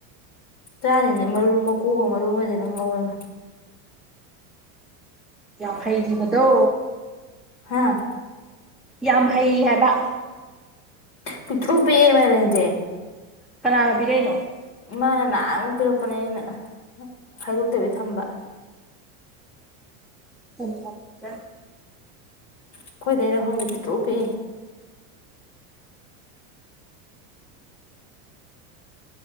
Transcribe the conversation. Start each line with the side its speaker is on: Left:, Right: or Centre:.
Left: ꯆꯥꯔꯤꯅꯦ ꯃꯔꯨ ꯃꯀꯨꯒ ꯃꯔꯨꯒꯗꯤ ꯅꯪ ꯉꯧꯔꯒ
Centre: ꯌꯥꯝ ꯍꯩꯈꯤꯕꯗꯣ
Left: ꯍꯥꯥ
Centre: ꯌꯥꯝ ꯍꯩ ꯍꯥꯏꯕ
Left: ꯄꯤꯇ꯭ꯔꯨ ꯄꯤꯛꯑꯦ ꯃꯥꯏꯔꯦꯟꯖꯦ
Centre: ꯀꯅꯥꯅ ꯄꯤꯔꯩꯅꯣ
Left: ꯏꯃꯥꯅ ꯅꯥꯟꯃꯨꯛ ꯄꯤꯔꯛꯄꯅꯦ ꯑꯩꯅ ꯈꯥꯏꯗꯣꯛꯇꯕꯤ ꯊꯝꯕ
Centre: <unintelligible>
Left: ꯑꯩꯈꯣꯏꯗꯩꯔ ꯈꯪꯗꯦ ꯄꯤꯛꯇ꯭ꯔꯨ ꯄꯤꯛꯑꯦ